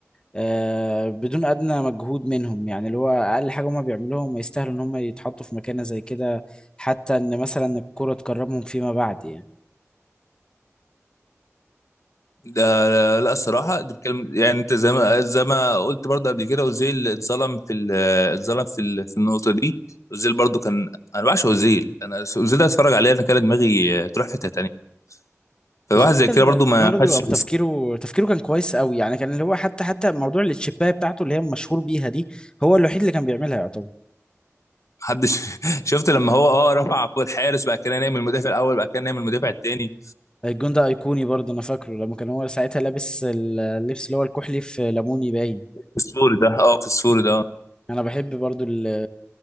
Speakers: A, on the left; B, on the left.
A: آه بدون ادنى مجهود منهم يعني اللي هو اقل حاجه هم بيعملوها هم يستاهلوا ان هم يتحطوا في مكانه زي كده حتى ان مثلا الكره تكرمهم فيما بعد يعني
B: ده لا لا، الصراحة انت بتتكلم يعني انت زي ما زي ما قلت برضه قبل كده اوزيل اتظلم في ال- اتظلم في ال- في النقطة دي اوزيل برضه كان انا بعشق اوزيل انا اوزيل ده اتفرج عليه انا كان دماغي آه، تروح في حتة تانية فواحد
A: وزي
B: زي
A: كان
B: كده برضه ما
A: دماغه
B: خدش
A: او تفكيره
B: مس-
A: تفكيره كان كويس قوي يعني كان اللي هو حتى حتى موضوع التشيبايه بتاعته اللي هي مشهور بيها دي هو الوحيد اللي كان بيعملها يعتبر
B: محدش <laughs> شفت لما هو اه رفع فوق الحارس بعد كده نايم المدافع الاول بعد كده نايم المدافع التاني
A: الجون ده ايقوني برضه انا فاكره لما كان هو ساعتها لابس ال- اللبس اللي هو الكحلي في ليموني باين
B: في السوري ده اه في السوري ده
A: انا بحب برضه ال-